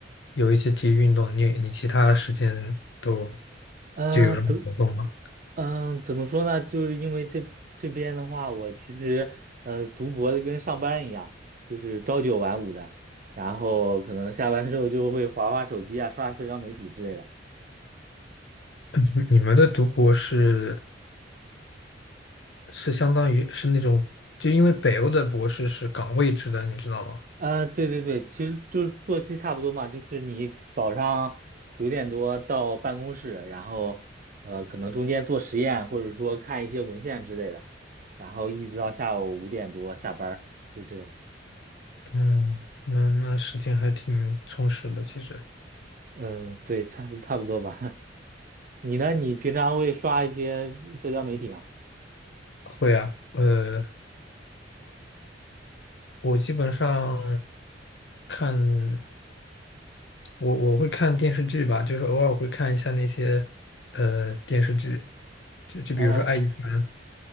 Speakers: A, on the left; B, on the right.
A: 有一些体育运动，你你其他时间都
B: 呃，
A: 就有什么活动吗？
B: 怎，嗯、怎么说呢？就是因为这这边的话，我其实呃，读博的跟上班一样，就是朝九晚五的，然后可能下班之后就会划划手机啊，刷社交媒体之类的。
A: <laughs> 你你们的读博士是相当于是那种，就因为北欧的博士是岗位制的，你知道吗？
B: 呃，对对对，其实就是作息差不多嘛，就是你早上九点多到办公室，然后呃，可能中间做实验或者说看一些文献之类的，然后一直到下午五点多下班儿，就是这种。
A: 嗯，那那时间还挺充实的，其实
B: 嗯，对，差不差不多吧。<laughs> 你呢？你平常会刷一些社交媒体吗？
A: 会啊，呃，我基本上看。我我会看电视剧吧，就是偶尔会看一下那些呃电视剧，就就比如说《爱一凡》，
B: 呃